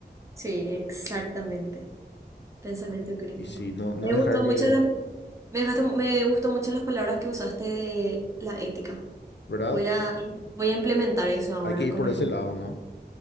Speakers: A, on the right; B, on the left.
A: sí, exactamente. Pensamiento crítico.
B: Y si no, no
A: Me
B: dejar
A: gustó mucho
B: que,
A: la, me dejaste- me gustó mucho las palabras que usaste de la ética.
B: ¿verdad?
A: Voy a, voy a implementar eso ahora
B: Hay que ir
A: con
B: por
A: mis
B: ese
A: compañeros.
B: lado, ¿no?